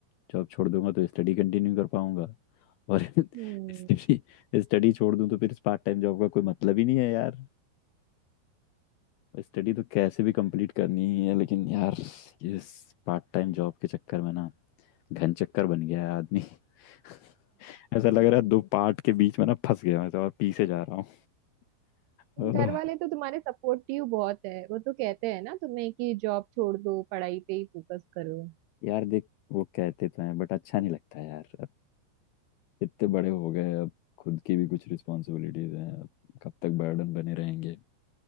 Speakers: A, on the left; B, on the right.
A: जॉब छोड़ दूंगा तो स्टडी कंटिन्यू कर पाऊंगा और <laughs>
B: हम्म।
A: स्टडी स्टडी छोड़ दूं तो फिर इस पार्ट टाइम जॉब का कोई मतलब ही नहीं है यार स्टडी तो कैसे भी कंप्लीट करनी ही है लेकिन यार ये पार्ट टाइम जॉब के चक्कर में ना घन चक्कर बन गया है आदमी <laughs> ऐसा लग रहा है दो पार्ट के बीच में ना फंस गया हूं, ऐसा और पीछे जा रहा हूँ ओह,
B: घर वाले तो तुम्हारे सपोर्टिव बहुत है वो तो कहते हैं ना तुम्हें कि जॉब छोड़ दो पढ़ाई पे ही फोकस करो
A: यार देख वो कहते तो हैं बट अच्छा नहीं लगता यार अब इतने बड़े हो गए अब खुद की भी कुछ रिस्पॉन्सिबिलिटीज हैं अब कब तक बर्डन बने रहेंगे